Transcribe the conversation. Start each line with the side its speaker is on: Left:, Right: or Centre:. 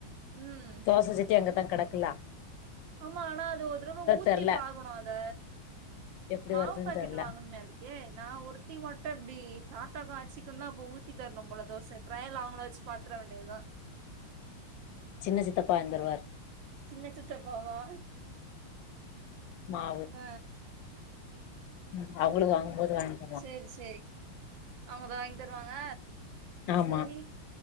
Right: ம்
Left: தோச சட்டி அங்கதா கெடக்கில்லா
Right: ஆமா ஆனா அது ஒரு தரவ ஊத்தி
Left: தெர்ல
Right: பாக்கனு அத
Left: எப்படி
Right: மாவு
Left: வருதுன்னு
Right: பாக்கெட்
Left: தெர்ல
Right: வாங்கனுமே அதுக் கே நா ஒருத்தி மட்டு எப்டி தாத்தாக்கு ஆச்சிக்கு தா அப்ப ஊத்தி தரனு போல தோச ட்ரயல் அவுங்கள வச்சி பாத் வித்ற வேண்டியதா
Left: சின்ன சித்தப்பா வந்துருவாரு
Right: சின்ன சித்தப்பா வா
Left: மாவு
Right: அ
Left: ம் அவுங்களுக்கு வாங்கு போது வாய்ங்கிவே
Right: செரி செரி அவுங்க வாங்கி தருவாங்க
Left: ஆமா
Right: செரி